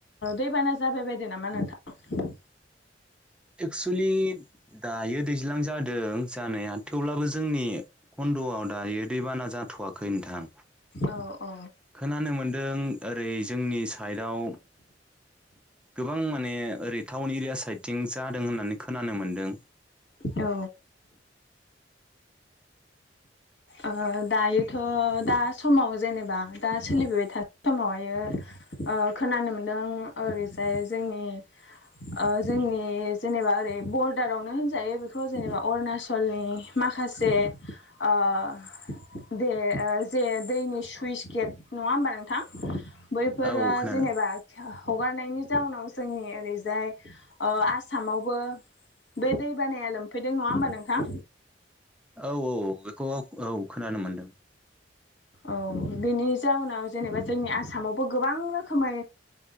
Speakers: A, on the left (about 85°); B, in the centre.
A: दैबाना जाबाय बायदों नामा नोंथां।
B: एक्सुुलि दायो दैज्लां जादों जानाया थेवब्लाबो जोंनि कन्द'आव दायो दैबाना जाथ'वाखै नोंथां।
A: औ औ
B: खोनानो मोनदों ओरै जोंनि साइदाव गोबां माने ओरै टाउन एरिया साइडथिं जादों होननानै खोनानो मोनदों।
A: औ। ओं दा योथ' दा समाव जेनेबा दा सोलिबोबाय थानाय समावहायो ओ खोनानो मोन ओरैजाय जोंनि ओ जोंनि जेनेबा ओरै बर्डारावनो होनजायो बेखौ जेनेबा अरुणाचलनि माखासे जे ओह दे जे दैनि सुइस गेट नङा होमबा नोंथां। बैफोरा
B: औ खोनादों
A: जेनेबा हगारनायनि जाउनाव जोंनि ओरैजाय ओ आसामावबो बे दै बानाया लोमफैदों नङा होमबा नोंथां?
B: औ औ बेखौ औ खोनानो मोनदों ।
A: औ बेनि जाउनाव जेनेबा जोंनि आसाम मावबो गोबां रोखोमै